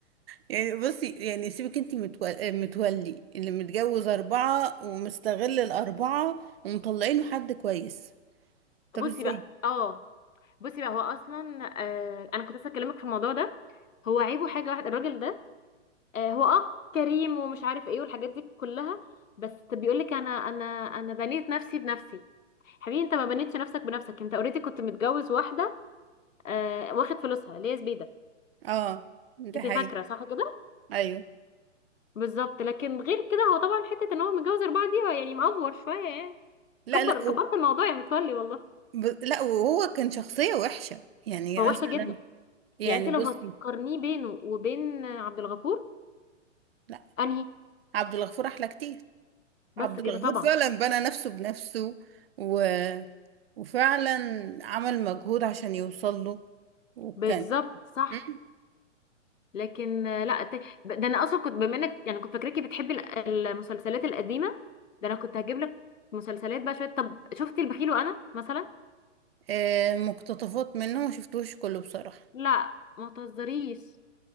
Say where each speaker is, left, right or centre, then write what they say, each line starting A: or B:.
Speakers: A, on the right; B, on the left.
A: يعني بصي يعني سيبك انتي متول- متولي اللي متجوز اربعة ومستغل الاربعة ومطلعينه حد كويس طب
B: بصي
A: ازاي
B: بقى اه بصي بقى هو اصلا آه... انا كنت لسه اكلمك في الموضوع ده هو عيبه حاجه واحده الراجل ده آه، هو اه كريم ومش عارف ايه والحاجات دي كلها بس بيقولك انا انا انا بنيت نفسي بنفسي حبيبي انت ما بنيتش نفسك بنفسك انت اوريدي كنت متجوز واحده آه واخد فلوسها اللي هي زبيده
A: اه ده
B: انت
A: حقيقي
B: فاكره صح كده
A: ايوه
B: بالظبط لكن غير كده هو طبعا حته ان هو متجوز اربعه دي هو يعني مأفور شويه يعني
A: لا
B: كبر
A: لا
B: كبرت الموضوع يا متولي والله
A: ب... لا وهو كان شخصية وحشة يعني
B: هو وحش
A: مثلا
B: جدا
A: يعني
B: يعني انت
A: بصي
B: لو هتقارنيه بينه وبين عبد الغفور
A: لا
B: انهي
A: عبد الغفور أحلى كتير
B: بس
A: عبد الغفور
B: كده طبعا
A: فعلا بنى نفسه بنفسه و... وفعلا عمل مجهود عشان يوصل له وكان
B: بالظبط صح
A: مم.
B: لكن آه، لا ت- ده انا اصلا كنت بما انك يعني كنت فاكراكي بتحبي ال- المسلسلات القديمه ده انا كنت هجيب لك مسلسلات بقى شويه طب شفتي البخيل وانا مثلا
A: آه، مقتطفات منه ما شفتوش كله بصراحة
B: لا ما تهزريش